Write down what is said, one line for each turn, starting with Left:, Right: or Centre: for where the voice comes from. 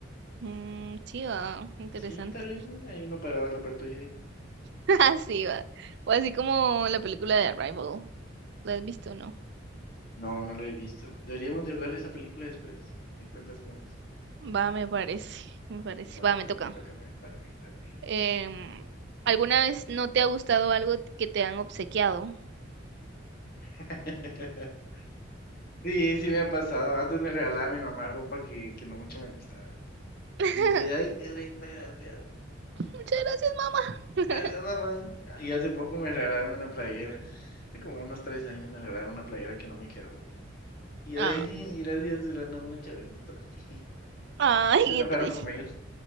Right: Mm, sí, va, interesante.
Left: Sí, tal vez eh, hay uno parado en la par tuya ahí.
Right: <laughs> Así va. O así como la película de Arrival. ¿La has visto o no?
Left: No, no lo he visto. Deberíamos de hablar de esa película después. ¿Me cuentas cómo es?
Right: Va, me parece, me parece.
Left: Va,
Right: Va, me
Left: pero
Right: toca.
Left: te toca, pues. Dale, pues, dale, pues.
Right: Em, ¿alguna vez no te ha gustado algo que te han obsequiado?
Left: <laughs> Sí, sí me ha pasado. Antes me regalaba mi mamá ropa que, que no mucho me gustaba.
Right: <laughs>
Left: Y yo decía, ay, qué rica, gracias.
Right: Muchas gracias, mamá.
Left: Gracias, mamá.
Right: <laughs>
Left: Y hace poco me regalaron una playera. Hace como unos tres años me regalaron una playera que no me quedó. Y yo
Right: Ah,
Left: dije, gracias, pero no mucho me gustó. <laughs>
Right: ay,
Left: Se enojaron
Right: qué triste.
Left: conmigo.